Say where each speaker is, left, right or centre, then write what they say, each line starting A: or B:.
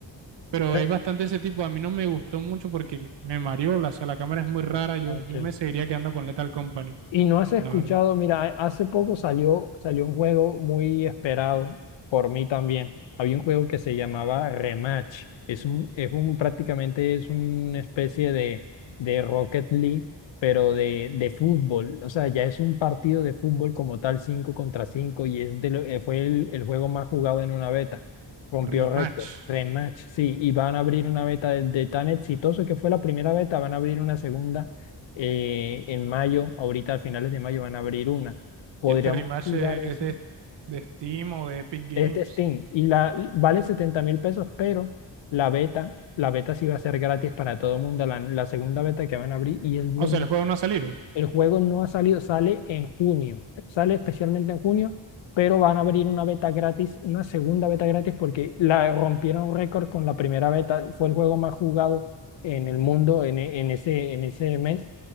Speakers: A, on the right (about 70°); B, on the left (about 80°).
A: Pero
B: Tre-
A: es bastante ese tipo. A mí no me gustó mucho porque me mareó. la- O sea, la cámara es muy rara. Yo,
B: Ok.
A: yo me seguiría quedando con Lethal Company,
B: Y no has escuchado,
A: la verdad.
B: mira, hace poco salió, salió un juego muy esperado por mí también. Había un juego que se llamaba Rematch. Es un, es un, prácticamente es una especie de, de Rocket League, pero de, de fútbol. O sea, ya es un partido de fútbol como tal, 5 contra 5 y es de lo- eh, fue el, el juego más jugado en una beta. Rompió
A: Rematch.
B: récord. Rematch, sí. Y van a abrir una beta de, de tan exitoso que fue la primera beta, van a abrir una segunda eh, en mayo, ahorita a finales de mayo van a abrir una. Podríamos
A: Y este rematch
B: jugar
A: es,
B: eso.
A: es de, de Steam o de Epic Games.
B: Es de Steam y la vale setenta mil pesos, pero la beta, la beta sí va a ser gratis para todo el mundo, la, la segunda beta que van a abrir y es buena
A: O sea, el juego no ha salido.
B: el juego no ha salido, sale en junio, sale especialmente en junio, pero van a abrir una beta gratis, una segunda beta gratis, porque la rompieron récord con la primera beta. Fue el juego más jugado en el mundo en, e- en ese, en ese mes.